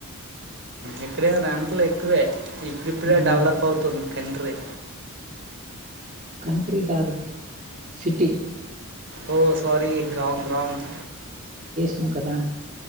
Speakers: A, on the right; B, on the right.
A: ఇక్కడైనా రెంట్లు ఎక్కువే ఇప్పుడిప్పుడే
B: హ్మ్.
A: డెవలప్ అవుతుంది <unintelligible>
B: కంట్రీ కాదు city
A: oh sorry wrong wrong
B: ఉ కదా